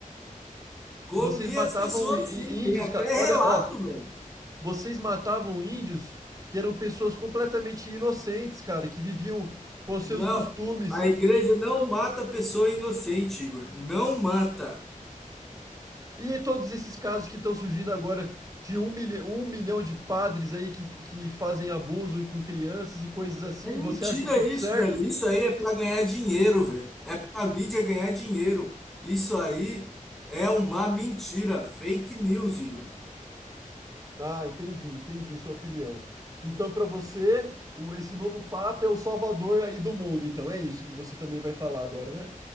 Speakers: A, in the centre; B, on the right.
A: Comia
B: Vocês matavam
A: as pessoas,
B: í- í-
A: sim. Tem
B: índios,
A: até
B: cara.
A: relato,
B: Olha, ó.
A: velho.
B: Vocês matavam índios que eram pessoas completamente inocentes, cara, que viviam com os seus
A: Não,
B: costumes.
A: a igreja não mata pessoa inocente, Igor. Não mata.
B: E todos esses casos que estão surgindo agora de um, milha- um milhão de padres aí que, que fazem abuso com crianças e coisas assim,
A: É mentira
B: você acha isso
A: isso,
B: certo?
A: velho. Isso aí é pra ganhar dinheiro, velho. É pra mídia ganhar dinheiro. Isso aí é uma mentira. Fake news, Igor.
B: Ah, entendi, entendi sua opinião. Então, para você, o- esse novo Papa é o salvador aí do mundo. Então, é isso que você também vai falar agora, né?